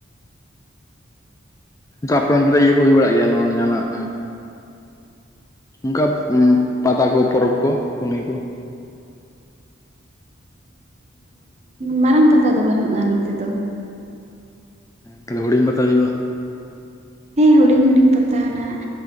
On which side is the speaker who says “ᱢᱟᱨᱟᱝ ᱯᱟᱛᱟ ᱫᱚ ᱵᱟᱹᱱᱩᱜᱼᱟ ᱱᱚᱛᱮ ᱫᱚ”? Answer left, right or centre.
Right